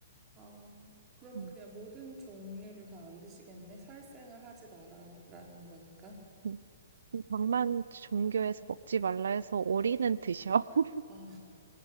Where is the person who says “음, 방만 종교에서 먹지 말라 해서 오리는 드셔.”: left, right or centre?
Right